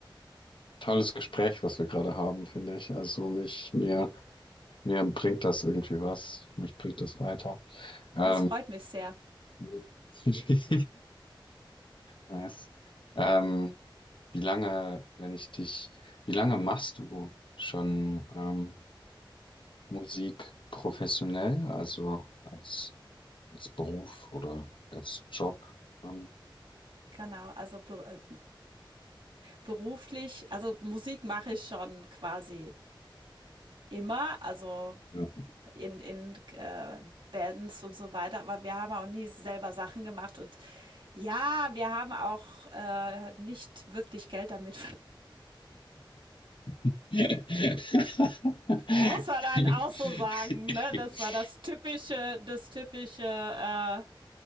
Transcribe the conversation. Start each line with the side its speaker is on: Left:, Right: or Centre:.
Left: tolles Gespräch, was wir gerade haben, finde ich. Also mich, mir, mir bringt das irgendwie was. Mich bringt das weiter. Ähm,
Right: das freut mich sehr.
Left: <laughs> nice. Ähm, wie lange, wenn ich dich, wie lange machst du schon ähm, Musik professionell, also als, als Beruf oder als Job. Ähm,
Right: Genau, also be äh, beruflich, also Musik mache ich schon quasi immer. Also
Left: ja.
Right: in, in äh, Bands und so weiter, aber wir haben auch nie selber Sachen gemacht und ja, wir haben auch äh, nicht wirklich Geld damit.
Left: <laughs>
Right: Das muss man halt auch so sagen, ne? Das war das typische, das typische, äh,